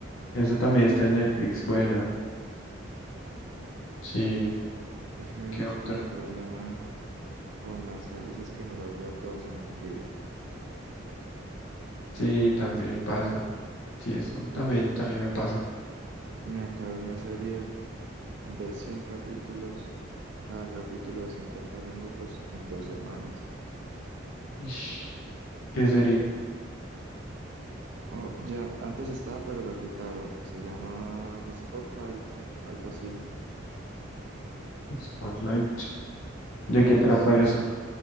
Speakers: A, on the left (about 85°); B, on the right (about 55°).
A: Esa también está en Netflix, buena. Sí,
B: Pues, Uy,
A: ¿qué otra?
B: es que mi problema
A: <laughs>
B: con las series es que me las veo todas en un día.
A: Sí, también pasa. Sí, eso también,
B: No,
A: también me pasa.
B: Me acabé una serie de 100 capítulos, cada capítulo de 50 minutos en dos semanas.
A: Ish, ¿Qué serie?
B: Oh, ya, antes estaba, pero la quitaron. Se llama Spotlight, algo así.
A: Spotlight. ¿De qué trata
B: Sí.
A: eso?